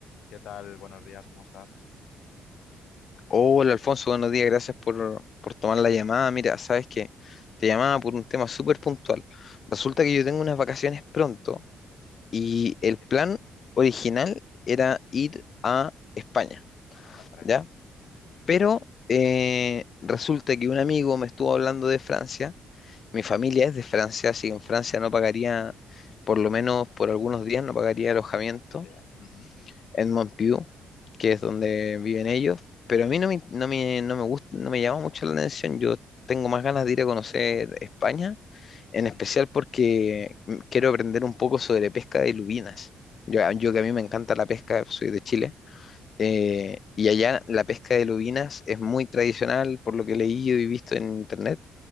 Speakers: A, on the left; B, on the left.
A: ¿Qué tal? Buenos días, ¿cómo estás?
B: Hola Alfonso, buenos días, gracias por, por tomar la llamada. Mira, sabes que te llamaba por un tema súper puntual. Resulta que yo tengo unas vacaciones pronto y
A: Sí,
B: el plan original era ir a España,
A: Hombre,
B: ¿ya?
A: sí,
B: Pero
A: sí,
B: eh, resulta que un amigo me estuvo hablando de Francia, mi familia es de Francia, así que en Francia no pagaría, por lo menos por algunos días no pagaría alojamiento.
A: Hasta día. Ujú,
B: Edmond Pugh, que es donde viven ellos, pero a mí no me, no me, no me gusta, no me llama mucho la atención. Yo tengo más ganas de ir a conocer España, en especial
A: ujú,
B: porque mm, quiero aprender un poco sobre pesca de lubinas. Yo, yo que a mí me encanta la pesca, soy de Chile, eh,
A: Sí,
B: y allá la pesca de lubinas es muy tradicional por lo que he leído y visto en internet.